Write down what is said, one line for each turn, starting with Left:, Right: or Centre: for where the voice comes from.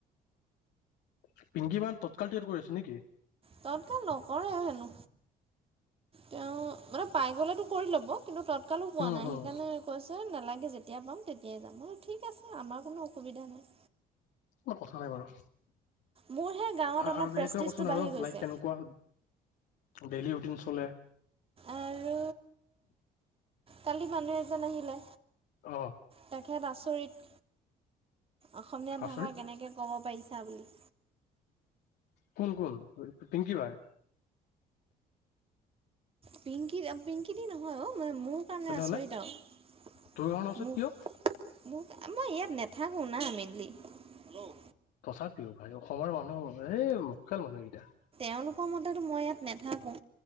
Left: <unintelligible> মান তৎকাল টিকেট কৰি আছে নেকি?
Right: তৎকাল নকৰেও হেনো, তেওঁ মানে পাই গলেতো কৰি ল'ব কিন্তু তত কালো পোৱা
Left: হুম
Right: নাই,
Left: হুম
Right: সেইকাৰণে কৈ <unintelligible> নালাগে যেতিয়া পাম তেতিয়াই যাম। বুলো ঠিক আছে আমাৰ কোনো অসুবিধা নাই।
Left: অ', কথা নাই বাৰু।
Right: মোৰহে গাঁৱত অলপ
Left: আৰু বেলেগ
Right: প্ৰেষ্টিজটো
Left: কচোন
Right: বাঢ়ি
Left: আৰু,
Right: গৈছে
Left: লাইক কেনেকুৱা ডেইলি ৰুটিন বোলে
Right: আৰু, কালি মানুহ এজন আহিলে,
Left: অ
Right: তেখেত আচৰিত অসমীয়া
Left: আচৰিত
Right: ভাষা কেনেকে ক'ব পাৰিছা বুলি।
Left: কোন কোন? পিংকি বাৰ?
Right: পিংকি, পিংকি দি নহয় অ'। ম মোৰ কাৰণে
Left: তেনেহলে
Right: আচৰিত আৰু
Left: তোৰ কাৰণ আচৰিত কিয়
Right: মোক আমাৰ ইয়াত নে থাকোঁ না মেলি, উম।
Left: তথাপিও ভাই অসমৰ মানুহৰ বাবে এই লোকেল মানুহ এইকেইটা।
Right: তেওঁলোকৰ মতেটো মই ইয়াত নৈথাকো।